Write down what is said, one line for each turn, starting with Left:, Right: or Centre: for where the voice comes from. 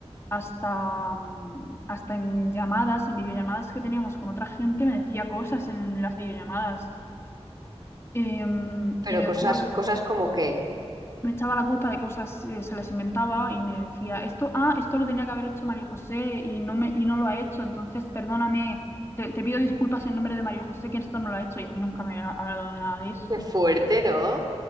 Left: hasta, mm, hasta en llamadas, en videollamadas que teníamos con otra gente, me decía cosas en las videollamadas. Em,
Right: Pero
Left: y me daba
Right: cosas,
Left: una vergüenza
Right: cosas como que,
Left: me echaba la culpa de cosas, eh, se las inventaba y me decía, esto, ah, esto lo tenía que haber hecho María José y no me, y no lo ha hecho, entonces perdóname, te, te pido disculpas en nombre de María José que esto no lo ha hecho y a mí nunca me ha hablado de nada de eso.
Right: qué fuerte, ¿no?